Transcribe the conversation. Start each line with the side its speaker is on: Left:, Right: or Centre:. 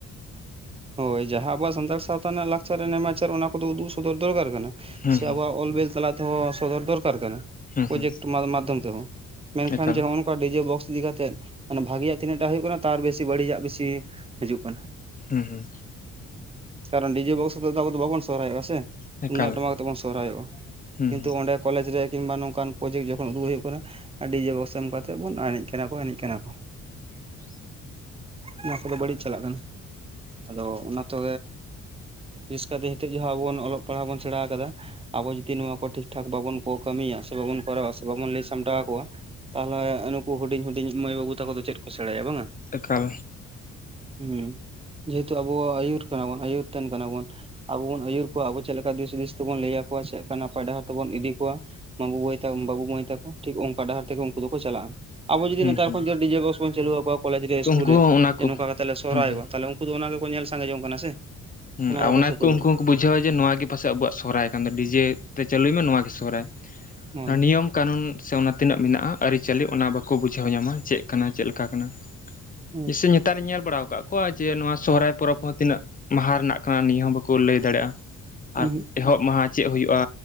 Right: ᱚ ᱦᱳᱭ ᱡᱟᱦᱟᱸ ᱟᱵᱚ ᱥᱟᱱᱛᱟᱲ ᱥᱟᱶᱛᱟ ᱨᱮᱱᱟᱜ ᱞᱟᱠᱪᱟᱨ ᱱᱮᱢᱟᱪᱟᱨ ᱚᱱᱟ ᱠᱚᱫᱚ ᱩᱫᱩᱜ ᱥᱚᱫᱚᱨ ᱫᱚᱨᱠᱟᱨ ᱠᱟᱱᱟ
Left: ᱦᱩᱸ
Right: ᱥᱮ ᱟᱵᱚᱣᱟᱜ ᱚᱞ ᱵᱤᱞ ᱛᱟᱞᱟ ᱛᱮᱦᱚᱸ ᱥᱚᱫᱚᱨ ᱫᱚᱨᱠᱟᱨ ᱠᱟᱱᱟ
Left: ᱦᱩᱸ ᱦᱩᱸ
Right: ᱯᱨᱚᱡᱮᱠᱴ
Left: ᱦᱩᱸ
Right: ᱢᱟᱫᱽᱫᱷᱚᱢ ᱛᱮᱦᱚᱸ ᱢᱮᱱᱠᱷᱟᱱ
Left: ᱮᱠᱟᱞ
Right: ᱢᱮ ᱱᱚᱜᱼᱚᱭ ᱱᱚᱝᱠᱟ ᱰᱤᱡᱮ ᱵᱚᱠᱥ ᱤᱫᱤ ᱠᱟᱛᱮᱜ ᱢᱟᱱᱮ ᱵᱷᱟᱜᱤᱭᱟᱜ ᱛᱤᱱᱟᱹᱜᱴᱟᱜ ᱦᱩᱭᱩᱜ ᱠᱟᱱᱟ ᱛᱟᱨ ᱵᱮᱥᱤ ᱵᱟᱹᱲᱤᱡᱟᱜ ᱵᱮᱥᱤ ᱦᱤᱡᱩᱜ ᱠᱟᱱᱟ
Left: ᱦᱮᱸ ᱦᱮᱸ
Right: ᱠᱟᱨᱚᱱ ᱰᱤᱡᱮ ᱵᱚᱠᱥ ᱨᱮᱫᱚ ᱟᱵᱚ ᱫᱚ ᱵᱟᱵᱚᱱ ᱥᱚᱦᱨᱟᱭᱚᱜᱼᱟ ᱥᱮ
Left: ᱮᱠᱟᱞ
Right: ᱛᱩᱢᱫᱟᱜ
Left: ᱮᱠᱟᱞ
Right: ᱴᱟᱢᱟᱠ ᱠᱟᱛᱮᱜ ᱵᱚᱱ ᱥᱚᱨᱦᱟᱭᱚᱜᱼᱟ
Left: ᱦᱩᱸ
Right: ᱠᱤᱱᱛᱩ
Left: ᱦᱩᱸ
Right: ᱚᱸᱰᱮ ᱠᱚᱞᱮᱡᱽ ᱨᱮ ᱠᱤᱢᱵᱟ ᱱᱚᱝᱠᱟᱱ ᱯᱨᱚᱡᱮᱠᱴ ᱡᱚᱠᱷᱚᱱ ᱩᱫᱩᱜ ᱦᱩᱭᱩᱜ ᱠᱟᱱᱟ ᱰᱤᱡᱮ ᱵᱚᱠᱥ ᱮᱢ ᱠᱟᱛᱮ ᱵᱚᱱ ᱮᱱᱮᱡ ᱠᱟᱱᱟ ᱠᱚ ᱮᱱᱮᱡ ᱠᱟᱱᱟ ᱠᱚ
Left: <inaudible>
Right: ᱚᱱᱟ ᱠᱚᱫᱚ ᱵᱟᱹᱲᱤᱡ ᱪᱟᱞᱟᱜ ᱠᱟᱱᱟ ᱟᱫᱚ ᱚᱱᱟ ᱛᱮ ᱵᱮᱥᱠᱟᱛᱮ ᱱᱤᱛᱚᱜ ᱡᱟᱦᱟᱸ ᱟᱵᱚᱱ ᱚᱞᱚᱜ ᱯᱟᱲᱦᱟᱜ ᱵᱚᱱ ᱥᱮᱬᱟ ᱟᱠᱟᱫᱟ ᱟᱵᱚ ᱡᱩᱫᱤ ᱱᱚᱣᱟ ᱠᱚ ᱴᱷᱤᱠ ᱴᱷᱟᱠ ᱵᱟᱵᱚᱱ ᱠᱚ ᱠᱟᱹᱢᱤᱭᱟ ᱥᱮ ᱵᱟᱵᱚᱱ ᱠᱚᱨᱟᱣᱟ ᱥᱮ ᱵᱟᱵᱚᱱ ᱞᱟᱹᱭ ᱥᱟᱢᱴᱟᱣ ᱟᱠᱚᱣᱟ ᱛᱟᱦᱚᱞᱮ ᱱᱩᱠᱩ ᱦᱩᱰᱤᱧ ᱦᱩᱰᱤᱧ ᱢᱟᱹᱭ ᱵᱟᱹᱵᱩ ᱛᱟᱠᱚ ᱫᱚ ᱪᱮᱫ ᱠᱚ ᱵᱟᱝᱟ
Left: ᱮᱠᱟᱞ
Right: ᱦᱮᱸ ᱡᱮᱦᱮᱛᱩ ᱟᱵᱚ ᱟᱹᱭᱩᱨ ᱠᱟᱱᱟᱵᱚᱱ ᱟᱹᱭᱩᱨ ᱛᱮᱱ ᱠᱟᱱᱟᱵᱚᱱ ᱟᱵᱚ ᱵᱚᱱ ᱟᱹᱭᱩᱨ ᱠᱚᱣᱟ ᱟᱵᱚ ᱪᱮᱫᱠᱟ ᱫᱤᱥ ᱦᱩᱫᱤᱥ ᱛᱮᱵᱚᱱ ᱞᱟᱹᱭᱟ ᱣᱟ ᱪᱮᱫ ᱱᱟᱯᱟᱭ ᱰᱟᱦᱟᱨ ᱛᱮᱵᱚᱱ ᱤᱫᱤ ᱠᱚᱣᱟ ᱵᱟᱹᱵᱩ ᱵᱟᱹᱵᱩ ᱢᱟᱹᱭ ᱛᱟᱠᱚ ᱴᱷᱤᱠ ᱚᱠᱟ ᱰᱟᱦᱟᱨ ᱛᱮᱜᱮ ᱩᱱᱠᱩ ᱫᱚᱠᱚ ᱪᱟᱞᱟᱜᱼᱟ ᱟᱵᱚ ᱡᱩᱫᱤ
Left: ᱦᱩᱸ
Right: ᱱᱮᱛᱟᱨ
Left: ᱦᱩᱸ
Right: ᱠᱷᱚᱱ ᱡ ᱰᱤᱡᱮ ᱵᱚᱠᱥ ᱵᱚᱱ ᱪᱟᱹᱞᱩ ᱟᱠᱚᱣᱟ ᱠᱚᱞᱮᱡᱽ ᱨᱮ
Left: ᱛᱚ
Right: ᱤᱥᱠᱩᱞ
Left: ᱩᱱᱠᱩ
Right: ᱨᱮ
Left: ᱦᱚᱸ ᱚᱱᱟ ᱠᱚ
Right: ᱡᱮ ᱱᱚᱝᱠᱟ ᱠᱟᱛᱮ ᱞᱮ ᱥᱚᱨᱦᱟᱭᱚᱜᱼᱟ
Left: ᱦᱩᱸ ᱦᱩᱸ
Right: ᱛᱟᱦᱞᱮ ᱩᱱ ᱫᱚ ᱚᱱᱟ ᱜᱮ ᱧᱮᱞ ᱥᱟᱸᱜᱮ ᱡᱚᱝ ᱠᱟᱱᱟ ᱥᱮ
Left: ᱦᱮᱸ
Right: ᱜᱮᱠᱚ
Left: ᱚᱱᱟ
Right: ᱥᱮᱪᱮᱫᱚᱜᱼᱟ
Left: ᱠᱚ ᱩᱱᱠᱩ ᱦᱚᱸᱠᱚ ᱵᱩᱡᱷᱟᱹᱣᱟ ᱡᱮ ᱱᱚᱶᱟ ᱜᱮ ᱯᱟᱥᱮ ᱟᱵᱚᱣᱟᱜ ᱥᱚᱨᱦᱟᱭ ᱠᱟᱱ ᱫᱚ ᱰᱤᱡᱮ ᱛᱮ ᱪᱟᱹᱞᱩᱭ ᱱᱚᱣᱟ ᱜᱮ ᱥᱚᱦᱨᱟᱭ
Right: ᱦᱳᱭ
Left: ᱱᱤᱭᱚᱢ ᱠᱟᱹᱱᱩᱱ ᱥᱮ ᱚᱱᱟ ᱛᱤᱱᱟᱹᱜ ᱢᱮᱱᱟᱜᱼᱟ ᱟᱹᱨᱤᱪᱟᱹᱞᱤ ᱚᱱᱟ ᱵᱟᱠᱚ ᱵᱩᱡᱷᱟᱹᱣ ᱧᱟᱢᱟ ᱪᱮᱫ ᱠᱟᱱᱟ ᱪᱮᱫ ᱞᱮᱠᱟ ᱠᱟᱱᱟ
Right: ᱦᱳᱭ
Left: ᱡᱮᱣᱥᱮ ᱱᱮᱛᱟᱨᱤᱧ ᱧᱮᱞ ᱵᱟᱲᱟ ᱟᱠᱟᱫ ᱠᱚᱣᱟ ᱡᱮ ᱱᱚᱣᱟ ᱥᱚᱨᱦᱟᱭ ᱯᱚᱨᱚᱵᱽ ᱦᱚᱸ ᱛᱤᱱᱟᱹᱜ ᱢᱟᱦᱟ ᱨᱮᱱᱟᱜ ᱠᱟᱱᱟ ᱱᱤᱭᱟᱹ ᱦᱚᱸ ᱵᱟᱠᱚ ᱞᱟᱹᱭ ᱫᱟᱲᱮᱭᱟᱜᱼᱟ
Right: ᱩᱸᱦᱩᱜ
Left: ᱟᱨ ᱮᱦᱚᱵ ᱢᱟᱦᱟ ᱪᱮᱫ ᱦᱩᱭᱩᱜᱼᱟ